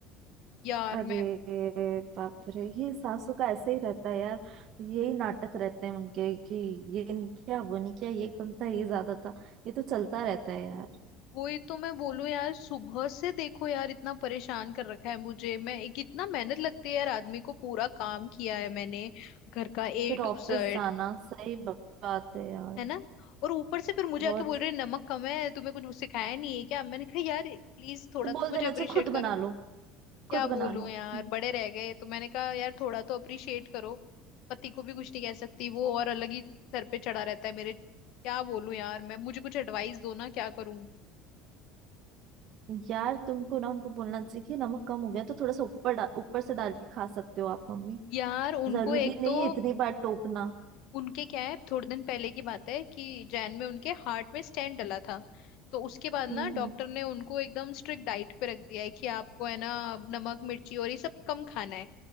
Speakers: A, on the left (about 55°); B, on the right (about 40°).
A: यार
B: अरे
A: मैं
B: बाप रे ये सासू का ऐसे ही रहता है यार यही नाटक रहते हैं उनके कि ये नहीं किया वो नहीं किया ये कम था ये ज्यादा था ये तो चलता रहता है यार
A: वही तो मैं बोलूं यार सुबह से देखो यार इतना परेशान कर रखा है मुझे मैं एक इतना मेहनत लगती है यार आदमी को पूरा काम किया है मैंने घर का ए
B: फिर ऑफिस
A: टू जेड
B: जाना सही बात है यार
A: है ना और ऊपर से फिर मुझे
B: बहुत
A: आके बोल रहे हैं, नमक कम है तुम्हें कुछ सिखाया नहीं है क्या मैंने कहा यार प्लीज थोड़ा
B: तो
A: तो
B: बोल
A: मुझे
B: देना
A: अप्रिशिएट
B: चाहिए खुद
A: करो
B: बना लो
A: क्या
B: खुद बना
A: बोलूं
B: लो
A: यार
B: हम्म।
A: बड़े रह गए तो मैंने कहा यार थोड़ा तो अप्रिशिएट करो पति को भी कुछ नहीं कह सकती वो और अलग ही सर पे चढ़ा रहता है मेरे क्या बोलूं यार मैं मुझे कुछ एडवाइस दो ना क्या करूं
B: यार तुमको ना उनको बोलना चाहिए कि नमक कम हो गया तो थोड़ा सा ऊपर डा- ऊपर से डाल के खा सकते हो आप मम्मी
A: यार उनको
B: जरूरी
A: एक
B: नहीं
A: तो
B: है इतनी बार टोकना
A: उनके क्या है थोड़े दिन पहले की बात है कि जैन में उनके हार्ट में स्टेंट डला था तो उसके बाद ना
B: हम्म
A: डॉक्टर
B: हम्म
A: ने उनको एकदम स्ट्रिक्ट डाइट पे रख दिया है कि आपको है ना नमक मिर्ची और ये सब कम खाना है